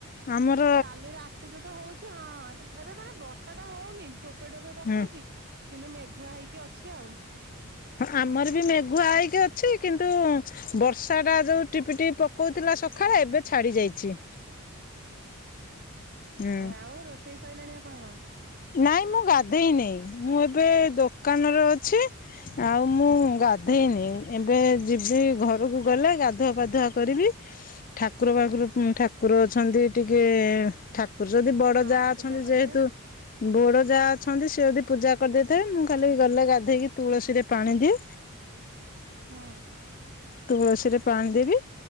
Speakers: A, on the left (about 40°); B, on the right (about 45°).
A: ଆମର
B: କାଲି ରାତିଠୁ ତ ହଉଛି ହଁ ଏରା ମାନେ ବର୍ଷା ଟାତ ହଉନି ଟୋପେ ଟୋପେ ପକଉଛି।
A: ହୁଁ
B: କିନ୍ତୁ ମେଘୁଆ ହେଇକି ଅଛି ଆଉ।
A: ଆମର ବି ମେଘୁଆ ହେଇକି ଅ ଅଛି କିନ୍ତୁ ବର୍ଷାଟା ଯୋଉ ଟିପିଟିପି ପକାଉଥିଲା ସକାଳେ ଏବେ ଛାଡ଼ି ଯାଇଛି। ହୁଁ
B: ଆଉ ରୋଷେଇ ସଇଲାଣି ଆପଣଙ୍କର।
A: ନାଇଁ ମୁଁ ଗାଧେଇନି। ମୁଁ ଏବେ ଦୋକାନରେ ଅଛି। ଆଉ ମୁଁ ଗାଧେଇନି
B: ହୁଁ
A: ଏବେ ଯିବି। ସେଇ ଘରକୁ ଗଲେ ଗାଧୁଆ ପାଧୁଆ କରିବି। ଠାକୁର ବାକୁର ଠା ଠାକୁର ଅଛନ୍ତି ଟିକେ ଠାକୁର ଯଦି ବଡ
B: ହଁ
A: ଯା ଅଛନ୍ତି
B: ପୂଜା କରିବେ
A: ଯେହେତୁ ବୋଡ ଯାହା ଅଛନ୍ତି ସେ ଯଦି ପୂଜା କରିଦେଇଥିବେ ମୁଁ ଖାଲି ଗଲେ ଗାଧେ ଦେଇ କିରେ ତୁଳସୀ ରେ ପାଣି ଦିଏ।
B: ହୁଁ
A: ତୁଳସୀରେ ପାଣି ଦେବି